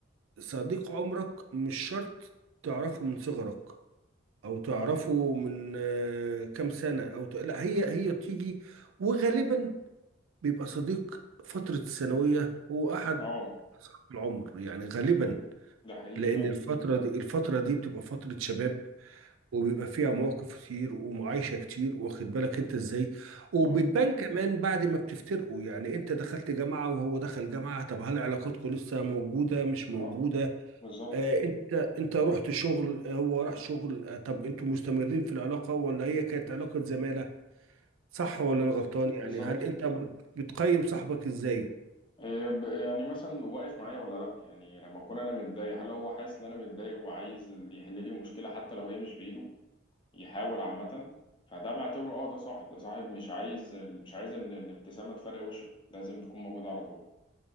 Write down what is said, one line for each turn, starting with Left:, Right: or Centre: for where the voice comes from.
Right: صديق عمرك مش شرط تعرفه من صغرك او تعرفه من آه كام سنة او ت... لا هي هي بتيجي وغالبا بيبقى صديق فترة الثانوية هو أحد
Left: اه
Right: أصحاب العمر يعني غالبا
Left: صح ده حقيقي
Right: لأن
Left: فعلا
Right: الفترة دي الفترة دي بتبقى فترة شباب وبيبقى فيها مواقف كتير ومعايشة كتير واخد بالك أنت إزاي وبتبان
Left: صح
Right: كمان بعد ما بتفترقوا يعني أنت دخلت جامعة وهو دخل جامعة طب هل علاقاتكم لسه موجودة مش موجودة
Left: اه بالظبط
Right: آه أنت أنت رحت شغل آه، هو راح شغل آه طب أنتوا مستمرين في العلاقة ولا هي كانت علاقة زمالة صح ولا
Left: بالظبط
Right: أنا غلطان يعني
Left: بالظبط
Right: هل أنت بت- بتقيم صاحبك إزاي؟
Left: إيه ب- يعني مثلا واقف معايا ولا لا يعني لما اكون انا متضايق هل هو حاسس ان انا متضايق وعايز اللي يحل لي المشكله حتى لو هي مش بايده يحاول عامه فده بعتبره اه ده صاحب ده صاحب مش عايز مش عايز ان الابتسامه تفرق وشك لازم تكون موجوده على طول